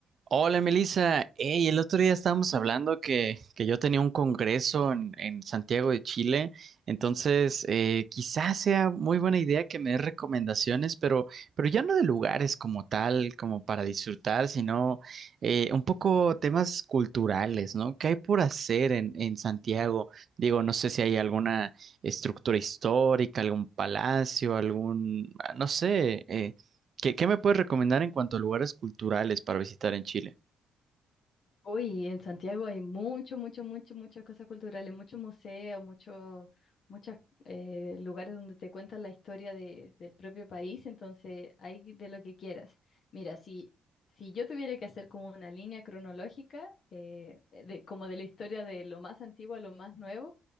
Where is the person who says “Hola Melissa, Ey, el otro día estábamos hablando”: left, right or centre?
Right